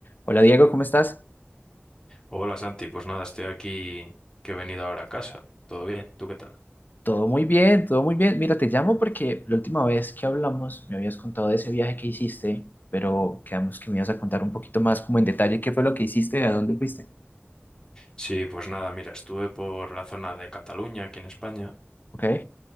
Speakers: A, on the left; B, on the left.
A: Hola Diego, ¿cómo estás?
B: Hola Santi, pues nada, estoy aquí que he venido ahora a casa. ¿Todo bien? ¿Tú qué tal?
A: Todo muy bien, todo muy bien. Mira, te llamo porque la última vez que hablamos me habías contado de ese viaje que hiciste, pero quedamos que me ibas a contar un poquito más como en detalle qué fue lo que hiciste, a dónde fuiste.
B: Sí, pues nada, mira, estuve por la zona de Cataluña, aquí en España,
A: Ok,